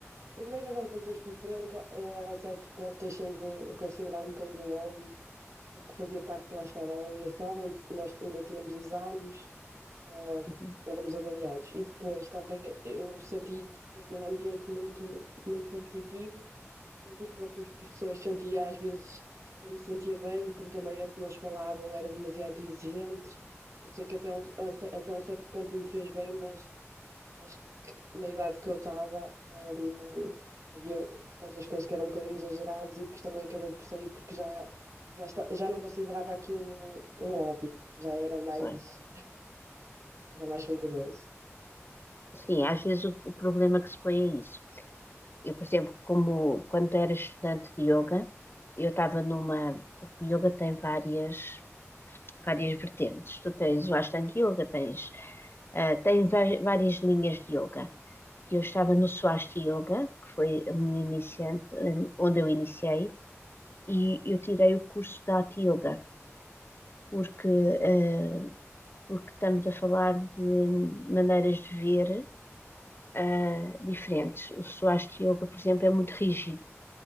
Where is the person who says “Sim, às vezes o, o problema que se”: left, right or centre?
Left